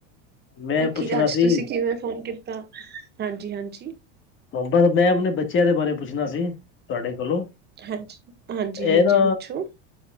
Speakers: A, on the left (about 30°); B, on the right (about 25°).
A: ਮੈਂ ਪੁੱਛਣਾ
B: ਕੀ ਅੱਜ
A: ਸੀ,
B: ਤੁਸੀਂ ਕਿਵੇਂ ਫ਼ੋਨ ਕੀਤਾ। ਹਾਂਜੀ, ਹਾਂਜੀ
A: ਬਰ ਮੈਂ ਆਪਣੇ ਬੱਚਿਆਂ ਦੇ ਬਾਰੇ ਪੁੱਛਣਾ ਸੀ, ਤੁਹਾਡੇ ਕੋਲੋਂ।
B: ਹਾਂਜੀ, ਹਾਂਜੀ,
A: ਇਹ
B: ਹਾਂਜੀ
A: ਨਾ
B: ਪੁੱਛੋ।